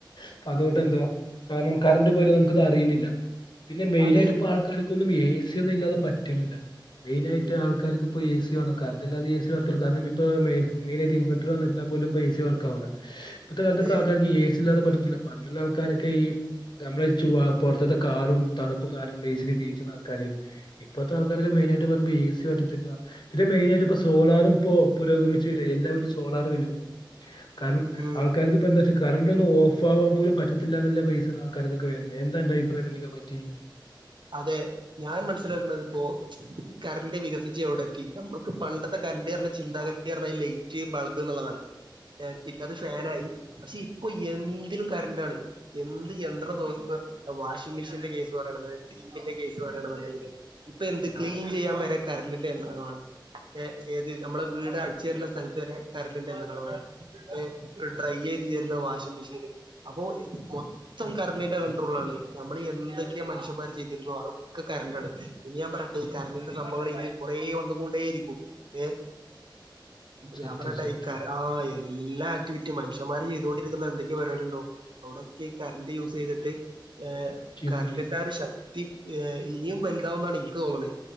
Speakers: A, on the left (about 65°); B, on the right (about 70°).
A: ഇപ്പോ അതുകൊണ്ട്
B: ഉം
A: എന്താ കാരണം കറണ്ട് പോയാലും അത് നമുക്കത് അറിയുന്നില്ല പിന്നെ മെയിനായിട്ട്
B: അതെ
A: ഇപ്പോ ആൾ ആൾക്കാർക്കൊന്നും ഏ സി ഒന്നും ഇല്ലാതെ പറ്റണില്ല മെയിനായിട്ട്
B: ഉം
A: ആൾക്കാർക്ക് ഇപ്പോ എ സി വേണം കറന്റില്ലാതെ എ സി വർക്കാവുല്ല കാരണം ഇപ്പോ മെയി മെയിനായിട്ട് ഇൻവട്ടർ വന്നിട്ടാ പോലും ഇപ്പോ ഏ സി വർക്കാവില്ല ഇപ്പത്തെ കാലത്തൊക്കെ
B: അതെ
A: ആൾക്കാർക്ക് എ സി ഇല്ലാതെ പറ്റത്തില്ല പണ്ടുള്ള ആൾക്കാരൊക്കെ ഈ നമ്മളെ ചുവ പുറത്തത്തെ കാടും തണുപ്പും കാരും ബേസിൽ ജീവിച്ചിരുന്ന ആൾക്കാര് ഇപ്പത്തെ ആൾക്കാർക്കെ മെയിനായിട്ട് പറയുമ്പോ ഏ സി പറ്റത്തില്ല ഇത് മെയിനായിയിട്ടിപ്പോ സോളാറും ഇപ്പോ പുരോഗമിച്ച് വരഎല്ലാ വീട്ടിലും സോളാർ വരുവാ കാരണം
B: ഉം
A: ആൾക്കാർക്ക് ഇപ്പോ എന്താ വെച്ച പണ്ടൊന്നും ഓഫാവാൻ പോലും പറ്റത്തില്ലന്നുള്ള പൈസ ആൾക്കാർക്കൊക്കെ വരുന്നത് എന്താന്റെ
B: ഉം
A: അഭിപ്രായത്തിലൊക്കെ പറ്റിയെ
B: അതെ ഞാൻ മനസ്സിലാക്കണതിപ്പോ കറണ്ട് വികസിച്ച് എവിടെ എത്തി നമ്മുക്ക് പണ്ടത്തെ കറണ്ട് പറഞ്ഞ ചിന്താഗതി പറഞ്ഞാൽ ലൈറ്റ് ബൾബ് എന്നുള്ളതാണ്
A: <inaudible>
B: ഏഹ് പിന്നെ അത് ഫാനായി പക്ഷേ ഇപ്പോ എന്തിനും കറന്റാണ് എന്ത് യന്ത്രണം നോക്കി വാഷിംഗ് മെഷീന്റെ കേസ് പറയണന്നുണ്ടെങ്കിൽ ടി വി ന്റെ കേസ് പറയാണെന്നുണ്ടെങ്കിൽ ഇപ്പോ എന്ത് ക്ലീൻ ചെയ്യാൻ വരെ കറണ്ടിന്റെ യന്ത്രങ്ങളാണ്. ഏഹ് ഏത് നമ്മളെ വീട് അടിച്ചേരുന്ന സ്ഥലത്ത് വരെ കറണ്ട് ന്റെ യാന്ത്രാണ് ഏഹ്.
A: അതെ,
B: ഡ്രൈ ചെയ്ത് ചേരുന്ന വാഷിംഗ് മെഷീന് അപ്പോ മൊത്തം കറണ്ടിന്റെ കൺ ട്രോൾലാണ്, നമ്മൾ എന്തൊക്കെയാ മനുഷ്യന്മാർ ചെയ്തിരുന്നോ അതൊക്കെ കറണ്ടാണ് ഇഞ്ഞ് ഞാൻ പറ ഈ കറണ്ടിന്റെ സംഭവങ്ങൾ ഇനി കുറേ വന്നു കൊണ്ടേയിരിക്കും ഏഹ്
A: സത്യം
B: ഞാൻ പറയട്ടെ
A: സത്യം
B: ഈ കര ആഹ് എല്ലാ ആക്ടിവിറ്റിയും മനുഷ്യമാര് ചെയ്തുകൊണ്ടിരിക്കുന്ന എന്തൊക്കെ പരിപാടി ഉണ്ടോ. അവിടക്കെ കറണ്ട് യൂസ് ചെയ്തിട്ട് ഏഹ്
A: ചെയ്തോണ്ടിരിക്കും
B: കറണ്ടിന്റെ ആ ഒരു ശക്തി ഇനിയും വലുതാവുന്നാണ് എനിക്ക് തോന്നണേ.